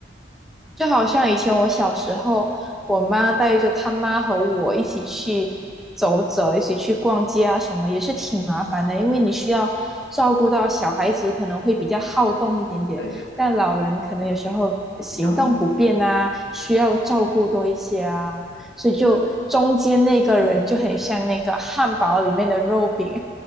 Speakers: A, in the centre; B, on the left.
A: 就好像以前我小时候，我妈带着她妈和我一起去走走，一起去逛街啊什么，也是挺麻烦的，因为你需要照顾到小孩子可能会比较好动一点点，
B: 对对，
A: 但老人可能有时候行动不便啊，
B: 比较慢，
A: 需要照顾多一些啊，所以就中间那个人就很像那个汉堡里面的肉饼，
B: 对，